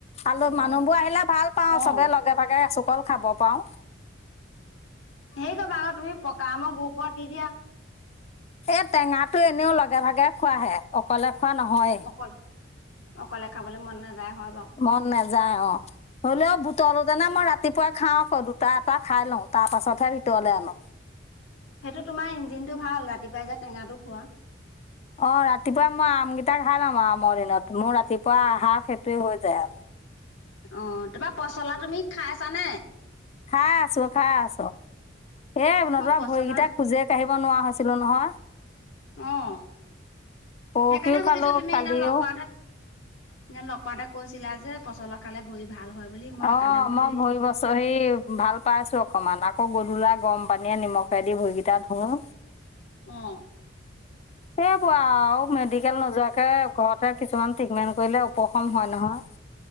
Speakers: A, on the left (about 35°); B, on the left (about 75°).
A: আৰুল
B: অ'
A: মানুহবোৰ আহিলে ভাল পাওঁ
B: অ'
A: চবে লগে ভাগে এচুকল খাব পাৰওঁ
B: সেই কৰিববা আকৌ তুমি পকা আমৰ গুপৰত দি দিয়া
A: এ টেঙাটো এনেও লগে ভাগে খোৱাহে অকলে খোৱা নহয়
B: অকলে অকলে খাবলৈ মন নাযায় হয় বাৰু।
A: মন নাযায় অ হ'লেও িতলোতেনে মই ৰাতিপুৱাই খাওঁ আকৌ দুটা এটা খাই লওঁ তাৰ পাছতহে ভিতৰলে আনো
B: সেইটো তোমাৰ ইঞ্জিন টো ভাল ৰাতিপুৱাই যে টেঙাটো খোৱা
A: অ ৰাতিপুৱা মই আম কেইটা খাই লাম আৰু আমৰ দিনত মোৰ ৰাতিপুৱা আহা খ েই হৈ যায় আৰু
B: অ তোমাৰ পচলা তুমি খাইছানে
A: খ আছো খা আছো এ নতৰা
B: মই পচলা
A: ভৰিকেইটা খোজে কাঢ়িব নোৱাৰা হৈছিলো নহয়
B: আহ
A: পৰহিও
B: সেইকাৰণে
A: খালোঁ
B: সুধিছো তুমি
A: কালিও
B: সেইদিনা লগ পাতে সদিনা লগ পাতে কৈছ চিলা যে পচল কাৰালে ভৰি ভাল হয় বুলি মই
A: অ
B: সেইকাৰণে বোলো
A: মই
B: এই
A: ভৰি বছৰ ভাল পাই আছো অকমান আ আকৌ গধূলা গৰম পানীয়ে নিমখেদি ভৰিকেইটা ধোওঁ
B: উম
A: সেই বোৱা আৰু মেডিকেল নোযোৱাকে ঘৰতে কিছুমান ট্ৰিটমেন্ট কৰিলে উপশম হয় নহয়